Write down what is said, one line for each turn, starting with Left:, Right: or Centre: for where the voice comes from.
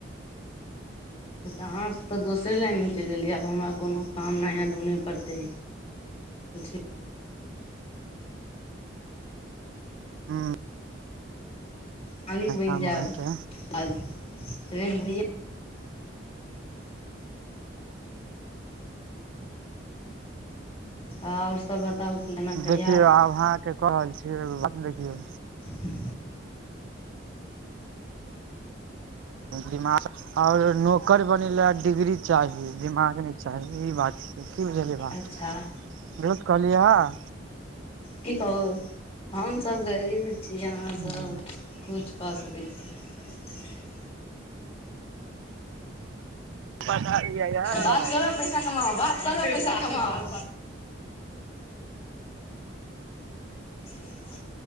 Left: तऽ अहाँ तऽ दोसरे लाइन मे चलि गेलियै आब हमरा कोनो काम नया ढूँढ पड़तै कुछ भी
Right: हू
Left: मालिक बनि
Right: काम
Left: जायब
Right: अहाँके
Left: बाद मे भैया त आओर सब बताउ केना कहिया
Right: देखियौ आब अहाँ के क रहल छियै यौ बतबे के ये
Left: <inaudible>
Right: दिमाग आओर नौकर बनैले डिग्री चाही दिमाग नय चाही इ बात कि बुझलियै बात
Left: अच्छा
Right: विरोध कहलियै हँ
Left: की कहू हम सब गरीब छिय अहाँ
Right: हम्म।
Left: सब कुछ क सकै छी <unintelligible>
Right: पता ये यार
Left: बात करो पैसा कमाओ बात करो पैसा कमाओ <inaudible>